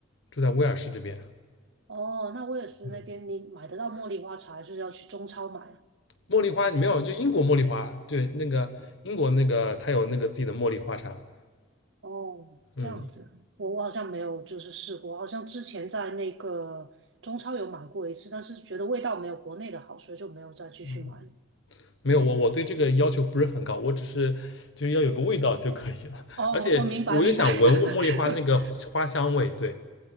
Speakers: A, on the left; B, on the right.
A: 住在威尔士这边。
B: 哦，那威尔斯那边你买得到茉莉花茶，
A: 嗯，
B: 还是要去中超买啊？
A: 茉莉花你没有，就英国茉莉花，对，那个英国那个它有那个自己的茉莉花茶。
B: 哦，
A: 嗯，
B: 这样子，我我好像没有就是试过，好像之前在那个中超有买过一次，但是觉得味道没有国内的好，所以就没有再继续买了。
A: 嗯，没有，
B: 嗯，
A: 我我对这个要求不是很高，我只是就是要有个味道就可以了。
B: 哦，
A: 而且我就想闻茉莉花那个花香味，
B: 我明白明白。<laughs>
A: 对，